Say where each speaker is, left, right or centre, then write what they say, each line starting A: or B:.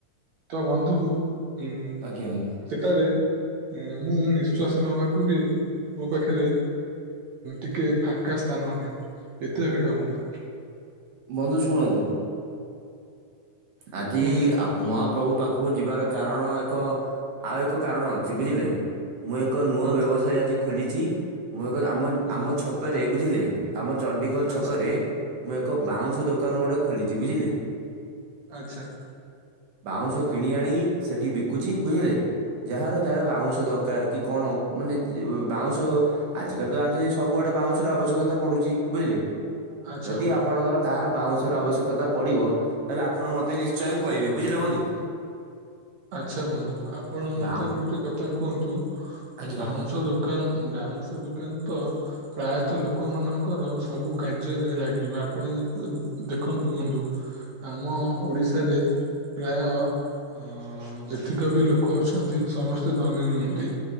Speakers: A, on the right; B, on the right.
A: ତ ବନ୍ଧୁ ଉଁ
B: ଆଜ୍ଞା ଆଜ୍ଞା
A: ସେଠାରେ ମୁଁ ନିଃଶ୍ଵାସ ନବାକୁ ବି ମୋ ପାଖରେ ଟିକେ ଫାଙ୍କା ସ୍ଥାନ ନାହିଁ ଏତେ ଭିଡ଼ ବନ୍ଧୁ।
B: ବନ୍ଧୁ ଶୁଣନ୍ତୁ। ଆଜି
A: କୁହନ୍ତୁ
B: ମହାପ୍ରଭୁ ପାଖକୁ ଯିବାର କାରଣ ଏକ ଆଉ ଏକ କାରଣ ଅଛି ବୁଝିଲେ ମୁଁ ଏକ ଏକ ନୂଆ
A: କୁହନ୍ତୁ
B: ବ୍ୟବସାୟ ଆଜି ଖୋଲିଛି ମୁଁ ଏକ ଆମ
A: କୁହନ୍ତୁ
B: ଆମ ଛକରେ ବୁଝିଲେ ଆମ ଚଣ୍ଡିଖୋଲ
A: ଆଚ୍ଛା
B: ଛକରେ ମୁଁ ଏକ ବାଉଁଶ ଦୋକାନ ଗୁଟେ ଖୋଲିଛି ବୁଝିଲେ।
A: ଆଚ୍ଛା
B: ବାଉଁଶ କିଣି ଆଣିକି ସେଠି ବିକୁଛି ବୁଝିଲେ। ଯାହାର ଯାହାର ବାଉଁଶ ଦରକାର କି କଣ ମାନେ ବାଉଁଶ। ଆଜିିକାଲି ତ ଜାଣିଛନ୍ତି ସବୁଆଡ଼େ ବାଉଁଶର ଆବଶ୍ୟକତା ପଡ଼ୁଛି ବୁଝିଲେ।
A: ଆଚ୍ଛା
B: ଯଦି
A: ବନ୍ଧୁ
B: ଆପଣଙ୍କର କାହାର ବାଉଁଶ ର ଆବଶ୍ୟକତା ପଡି଼ବ। ତାହେଲେ ଆପଣ ମତେ ନିଶ୍ଚୟ କହିବେ ବୁଝିଲେ ବନ୍ଧୁ।
A: ଆଚ୍ଛା ବନ୍ଧୁ ଆପଣ ମତେ
B: ବାଉଁ
A: ଗୁଟେ କଥା କୁହନ୍ତୁ
B: ଆଜ୍ଞା।
A: ବାଉଁଶ ଦୋକ କାନ୍ ବାଉଁଶ ଦୋକାନ ତ ପ୍ରାୟତଃ ଲୋକ ମାନଙ୍କର ସବୁ କାର୍ଯ୍ୟରେ ଲାଗିବ ଆପଣ ଦେଖନ୍ତୁ କୁହନ୍ତୁ। ଆମ ଓଡିଶାରେ ପ୍ରାୟ ଅ ଯେତିକ ବି ଲୋକ ଅଛନ୍ତି ସମସ୍ତେ ଧନୀ ନୁଅନ୍ତି